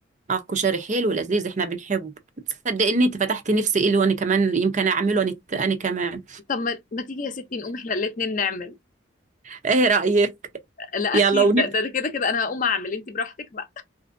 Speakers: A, on the right (about 40°); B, on the left (about 45°).
A: اه كشري حلو لذيذ احنا بنحبه تصدق ان انت فتحت نفسي ايه وانا كمان يمكن اعمله انا انا كمان
B: طب ما ما تيجي يا ستي نقوم احنا الاتنين نعمل
A: ايه رايك
B: لا
A: يلا
B: اكيد
A: ونبقى
B: ده ده ده كده كده انا هقوم اعمل انت براحتك بقى